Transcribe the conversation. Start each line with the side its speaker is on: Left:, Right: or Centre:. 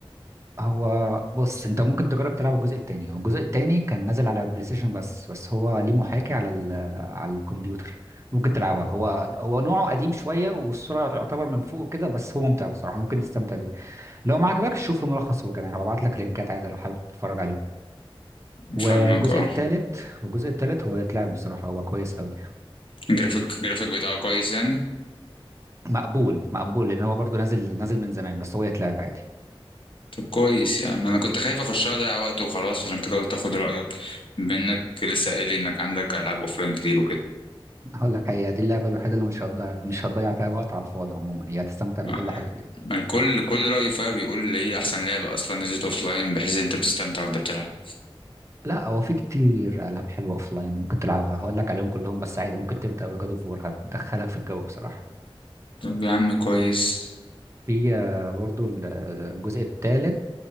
Right: هو بص انت ممكن تجرب تلعب الجزء التاني هو الجزء التاني كان نازل على البلاي ستيشن بس بس هو ليه محاكي على ال... على الكمبيوتر ممكن تلعبها هو هو نوعه قديم شويه والصوره يعتبر من فوق كده بس هو ممتع بصراحه ممكن تستمتع بيه لو ما عجبكش شوف له ملخص هو كمان هبعت لك لينكات عادي لو حابب تتفرج عليهم والجزء
Left: فاهمك اه
Right: التالت والجزء التالت هو يتلعب بصراحه هو كويس قوي
Left: الجرافيك الجرافيك بتاعه كويس يعني
Right: مقبول مقبول لان هو برضه نازل نازل من زمان بس هو يتلعب عادي
Left: طب كويس يعني انا كنت خايف اخشها اضيع وقت وخلاص عشان كده قلت اخد رايك بما انك لسه قايل لي انك عندك العاب اوفلاين كتير وكده
Right: هقول لك هي دي اللعبه الوحيده اللي مش هتضيع مش هتضيع فيها وقت على الفاضي عموما هي هتستمتع بكل
Left: ما-
Right: حاجه فيها
Left: ما كل كل راي فيها بيقول لي هي احسن لعبه اصلا نزلت اوفلاين بحيث ان انت بتستمتع وانت بتلعب
Right: لا هو في كتير العاب حلوه اوف لاين ممكن تلعبها هقول لك عليهم كلهم بس عادي ممكن تبدا بجاد اوف وور هتدخلك في الجو بصراحه
Left: طب يا عم كويس
Right: في آه، برضه ال- آه، الجزء الثالث